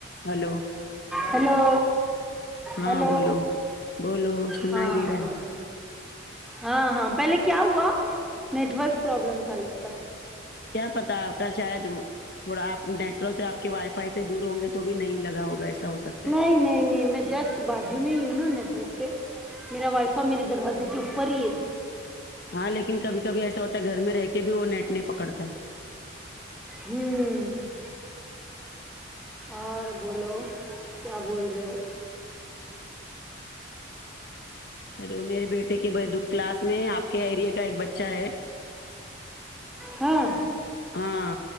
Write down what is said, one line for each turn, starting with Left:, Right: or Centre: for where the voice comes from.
Left: Hello
Centre: hello
Left: ہاں
Centre: hello
Left: بولو بولو سنائی
Centre: ہاں
Left: دے رہا
Centre: بولو
Left: ہے
Centre: ہاں ہاں پہلے کیا ہوا نیٹورک پرابلم تھا لگتا
Left: کیا پتہ آپ کا شاید تھوڑا آپ نیٹ ورک سے آپ کے وائی فائی سے دور ہوں گے تو بھی نہیں لگا ہوگا ایسا ہو سکتا ہے
Centre: نہیں نہیں میں جسٹ تو باجو میں ہو نا نیٹ ورک کے میرا واںی فاںی میرے دروازے کے اوپر ہی ہے
Left: ہاں لیکن کبھی کبھی ایسا ہوتا ہے گھر میں رہ کے بھی وہ نیٹ نہیں پکڑتا ہے
Centre: امم اور بولو کیا بول رہے ہو
Left: ہیلو میرے بیٹے کے بازو کلاس میں آپ کے ایریے کا ایک بچہ ہے
Centre: ہاں
Left: ہاں